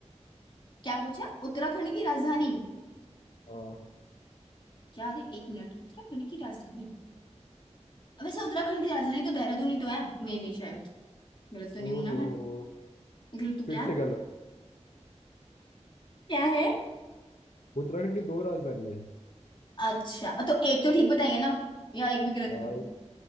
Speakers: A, on the left; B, on the left.
A: क्या पूछा उत्तराखंड की राजधानी
B: हाँ
A: यार एक मिनट उत्तराखंड की राजधानी वैसे उत्तराखंड की राजधानी तो देहरादून ही तो है मे भी शायद गलत तो नहीं
B: ओ
A: हूं ना
B: हो
A: मैं
B: हो
A: गलत तो
B: फिर
A: क्या
B: से गलत
A: क्या है
B: उत्तराखंड की दो राजधानी है
A: अच्छा तो एक तो ठीक बताइए ना या एक भी गलत
B: हाँ
A: ब-
B: एक,